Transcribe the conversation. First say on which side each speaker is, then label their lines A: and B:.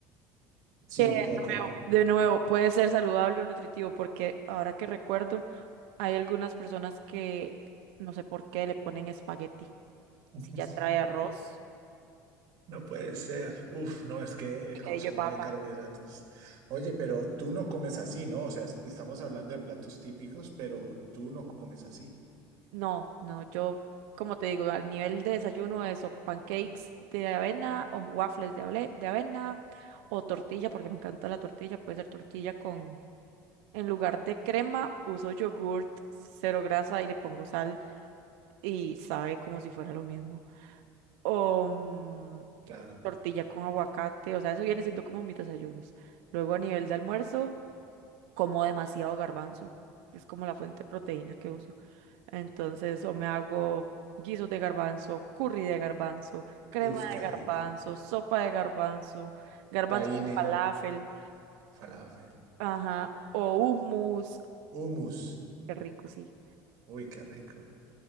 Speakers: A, on the right; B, on the right.
A: Sí,
B: Que
A: un
B: de
A: poco.
B: nuevo, de nuevo, puede ser saludable o nutritivo, porque ahora que recuerdo, hay algunas personas que no sé por qué le ponen espagueti.
A: <laughs>
B: Si ya trae arroz,
A: No puede
B: eh,
A: ser. Uf, no, es que el
B: picadillo
A: consumo
B: de papa.
A: de carbohidratos. Oye, pero tú no comes así, ¿no? O sea, est- estamos hablando de platos típicos, pero tú no comes así.
B: No, no, yo, como te digo, al nivel de desayuno, eso, pancakes de avena o waffles de, able- de avena o tortilla, porque me encanta la tortilla, puede ser tortilla con, en lugar de crema, uso yogurt, cero grasa y le pongo sal y sabe como si fuera lo mismo. O mm,
A: Claro.
B: tortilla con aguacate, o sea, eso viene siendo como mis desayunos. Luego a nivel de almuerzo como demasiado garbanzo, que es como la fuente de proteína que uso. Entonces, o me hago guisos de garbanzo, curry de garbanzo, crema
A: Uf, qué
B: de garbanzo,
A: rico.
B: sopa de garbanzo, garbanzo
A: Tahine,
B: con falafel,
A: falafel,
B: ajá, o hummus,
A: hummus.
B: qué rico, sí.
A: Uy, qué rico.